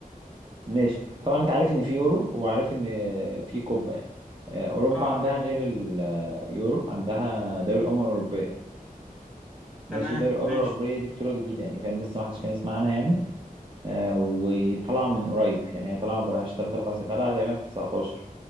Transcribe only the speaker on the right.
ماشي طبعا أنت عارف إن في يورو وعارف إن في كوبا يعني آه، أوروبا
عندها غير اليورو عندها دوري الأمم الأوروبية ماشي
دوري الأمم
الأوروبية دي بطولة جديدة يعني فاهم لسه ما حدش كان يسمع عنها يعني آه، وطالعة من قريب يعني هي طالعة ما بقالهاش 3 4 سنين طالعة تقريبا في 19